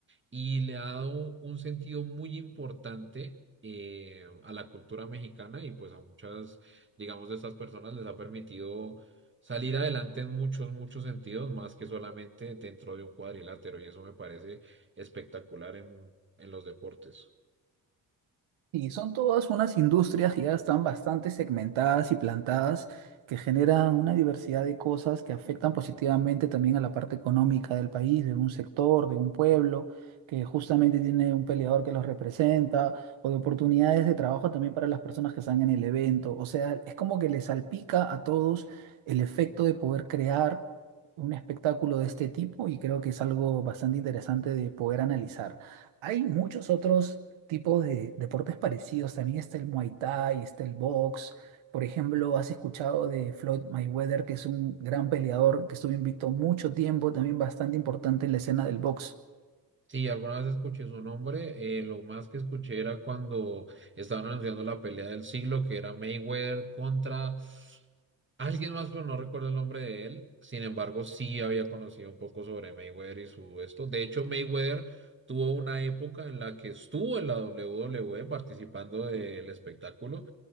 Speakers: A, on the right (about 25°); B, on the right (about 75°).
A: y le ha dado un sentido muy importante eh, a la cultura mexicana y pues a muchas, digamos, de estas personas les ha permitido salir adelante en muchos, muchos sentidos, más que solamente dentro de un cuadrilátero y eso me parece espectacular en, en los deportes.
B: Y son todas unas industrias que ya están bastante segmentadas y plantadas, que generan una diversidad de cosas que afectan positivamente también a la parte económica del país, de un sector, de un pueblo, que justamente tiene un peleador que los representa, o de oportunidades de trabajo también para las personas que están en el evento. O sea, es como que les salpica a todos el efecto de poder crear un espectáculo de este tipo y creo que es algo bastante interesante de poder analizar. Hay muchos otros tipos de deportes parecidos. También está el Muay Thai, está el box. Por ejemplo, has escuchado de Floyd Mayweather, que es un gran peleador que estuvo invicto mucho tiempo, también bastante importante en la escena del box.
A: Sí, alguna vez escuché su nombre, eh, lo más que escuché era cuando estaban anunciando la pelea del siglo, que era Mayweather contra... Alguien más, pero no recuerdo el nombre de él. Sin embargo, sí había conocido un poco sobre Mayweather y su esto. De hecho, Mayweather tuvo una época en la que estuvo en la WWE participando del espectáculo